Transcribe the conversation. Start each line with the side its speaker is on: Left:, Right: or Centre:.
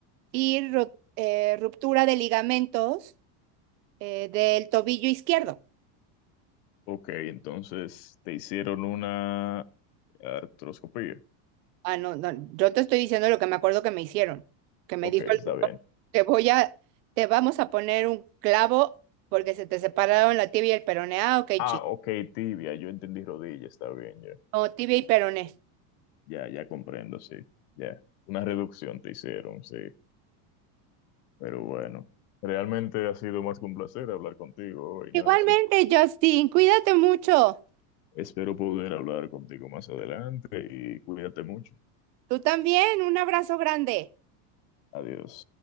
Right: y ru- eh, ruptura de ligamentos eh, del tobillo izquierdo.
Left: ok, entonces te hicieron una artroscopía.
Right: Ah, no, no, yo te estoy diciendo lo que me acuerdo que me hicieron, que me
Left: Ok,
Right: dijo el
Left: está
Right: doctor,
Left: bien.
Right: te voy a, te vamos a poner un clavo porque se te separaron la tibia y el peroné. Ah, ok,
Left: Ah,
Right: chico.
Left: ok, tibia, yo entendí rodilla, está bien, ya.
Right: No, tibia y peroné.
Left: Ya, ya comprendo, sí. Ya. Una reducción te hicieron, sí. Pero bueno, realmente ha sido más que un placer hablar contigo hoy,
Right: Igualmente,
Left: Nancy.
Right: Justin, cuídate mucho.
Left: Espero poder hablar contigo más adelante y cuídate mucho.
Right: Tú también, un abrazo grande.
Left: Adiós.